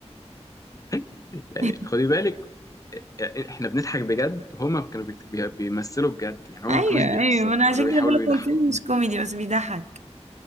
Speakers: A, on the left; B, on the right.
A: <laughs> يعني
B: <laughs>
A: خدي بالك يعني احنا بنضحك بجد هما كانوا بيت- بي- بيمثلوا بجد يعني هما
B: ايوه
A: ما كانوش بيهزروا
B: ايوه ما انا عشان
A: ولا بيحاولوا
B: كده بقولك
A: يضحكونا
B: هو الفيلم مش كوميدي بس بيضحك